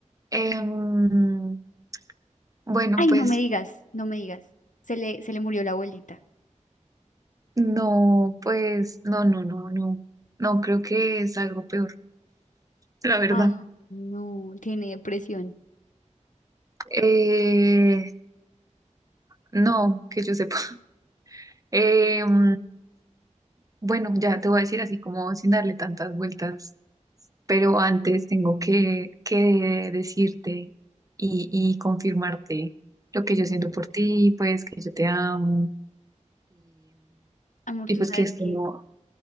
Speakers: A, on the right; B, on the left.
A: Em, bueno,
B: Ay,
A: pues
B: no me digas, no me digas. Se le, se le murió la abuelita.
A: no, pues no, no, no, no. No creo que es algo peor, la verdad.
B: Ah, no, tiene depresión.
A: Eh, no, que yo sepa. <laughs> Em, bueno, ya te voy a decir así como sin darle tantas vueltas, pero antes tengo que, que decirte y, y confirmarte lo que yo siento por ti, pues que yo te amo.
B: Amor,
A: Y
B: tú
A: pues
B: sabes
A: que esto
B: que
A: no.